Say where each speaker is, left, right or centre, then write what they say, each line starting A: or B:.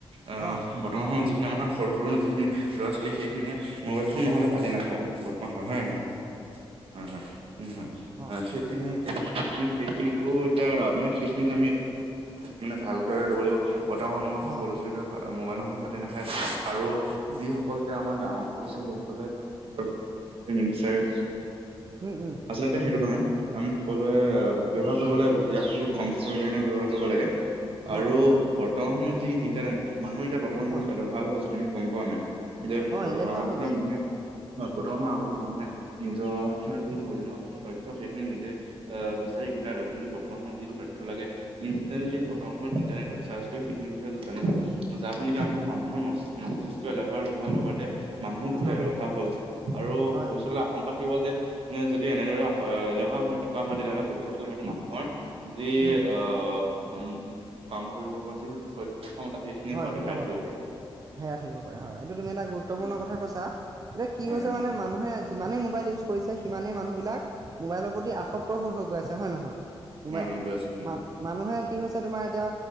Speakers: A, on the right; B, on the right.
A: আহ
B: অঁ,
A: বৰ্তমান সময়ত যিখিনি আমাৰ সৰু সৰু যিখিনি ল'ৰা ছোৱালী সেইখিনিয়ে মোবাইল ফোন নহ'লে ভাতে নাখায়। বৰ্তমান হয় হয় নহয়, হয় হয়, উম হয়
B: অঁ,
A: হয়, সেইখিনি সেইখিনিতো এতিয়া য মানে সেইখিনি আমি মানে ভালদৰে ল'ব লাগিব। বৰ্তমান সময়ত
B: হয়,
A: সৰু ল'ৰা-ছোৱালীয়েতো মোবাইল নহ'লে ভাতে নাখায়, আৰু
B: উম,
A: যিসকল এতিয়া আমাৰ ডাঙৰ অৱশ্যে সেই সকলে আৰু নিবিচাৰে।
B: উ, উ।
A: আচলতে সেইটো নহয়, আমি সকলোৱে ব্যৱহাৰ কৰিব লাগিব ইয়াক বহুত কম সময়ৰ <unintelligible> ব্যৱহাৰ কৰিব লাগে। আৰু
B: অঁ, অঁ,
A: বৰ্তমান সময়ত যি ইণ্টাৰনেট, মানুহ এতিয়া বৰ্তমান বহুত
B: অঁ,
A: এলেহুৱা হৈ গৈছে তুমি গম পোৱা নাই? এতিয়া
B: অঁ,
A: বৰ্তমান
B: এলেহুৱা
A: আগতেতো
B: হৈ গৈছে
A: মানুহে,
B: হয়,
A: হয় বৰ্তমান সময়ত আগ মানুহে নিজৰ যি প্ৰয়োজনীয় তথ্য সেইখিনি নিজে আহ, বিচাৰি গোটাই লয় কিন্তু বৰ্তমানত যিখিনি তথ্য লাগে ইনষ্টেটলি
B: উম,
A: বৰ্তমান সময়ত ইন্টাৰনেটত চাৰ্চ কৰি সেইখিন বিষয়ে জানো যাৰ ফলত আমাৰ মানুহ মই মম্তিষ্ক এলেহুৱা হোৱাৰ লগতে মানুহো বহুতেই
B: অ হয়
A: এলেহুৱা হৈ গৈছে আৰু
B: হয়
A: ভৱিষ্যতলৈ
B: হয়
A: আশংকা থাকিব যে মানে যদি এনেদৰে এলেহুৱা হৈ থকা হয় তেতিয়াহ'লে ভৱিষ্যতলৈ হয়তো মানুহৰ যি
B: উম
A: আহ উ। কাম কৰিব পৰা যি সক্ষমতা সেইখিনি
B: হয়
A: হয়তো
B: ক্ষমতা
A: হেৰাই থাকিব পাৰে।
B: হেৰাই থাকিব পাৰে হয় এইটো তুমি এটা গুৰুত্বপূৰ্ণ
A: হয়
B: কথা কৈছা। এতিয়া কি
A: হয়
B: হৈছে
A: হয়
B: মানে মানুহে যিমানেই মোবাইল ইউজ কৰিছে, সিমানে মানুহ বিলাক মোবাইলৰ প্ৰতি আসক্ত হৈ হৈ গৈ আছে হয় নহয়? মোবাইল
A: হয় হয় গৈ আছো
B: মা-মানুহে কি হৈছে তোমাৰ এতিয়া